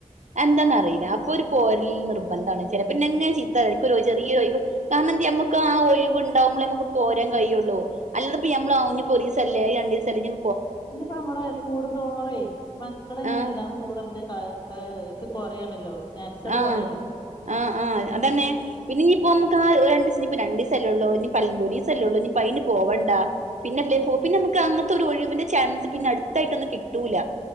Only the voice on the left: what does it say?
ഇഞ്ഞിപ്പ ഞമ്മള് കുടുന്തോറെയ് മക്കളെന്നെ
വെൽതാവുന്തോറും അമ്മക്കത് <unintelligible> കൊറയാണല്ലോ ചാൻസുകള്
കൊറയാണല്ലോ
ആഹ്